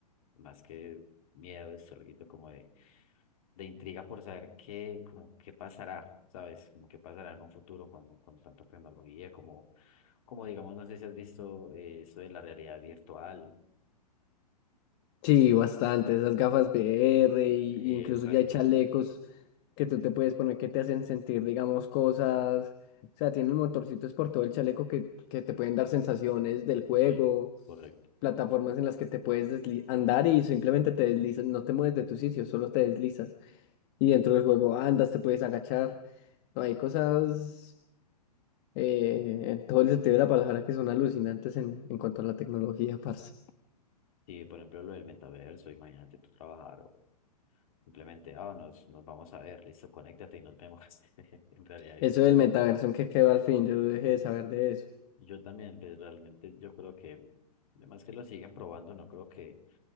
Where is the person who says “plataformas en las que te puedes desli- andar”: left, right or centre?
Left